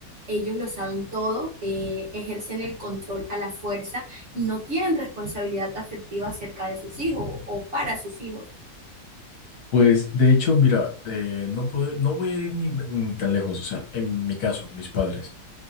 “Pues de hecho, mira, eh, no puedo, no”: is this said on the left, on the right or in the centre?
Left